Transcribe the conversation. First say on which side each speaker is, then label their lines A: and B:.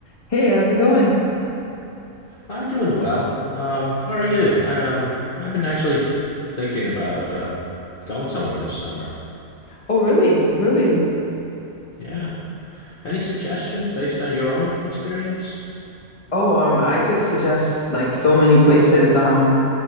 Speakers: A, on the left; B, on the left.
A: Hey, how's it going?
B: I'm doing well. Um, how are you? I um, I've been actually thinking about uh, going somewhere this summer.
A: Oh, really? Really?
B: Yeah. Any suggestions based on your own experience?
A: Oh, um, I could suggest like so many places. Um,